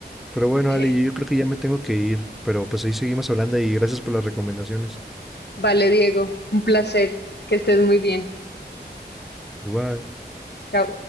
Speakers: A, in the centre; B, on the left.
A: Pero bueno,
B: <laughs>
A: Ale, yo creo que ya me tengo que ir, pero pues ahí seguimos hablando y gracias por las recomendaciones.
B: Vale, Diego, un placer, que estés muy bien.
A: Igual.
B: Chao.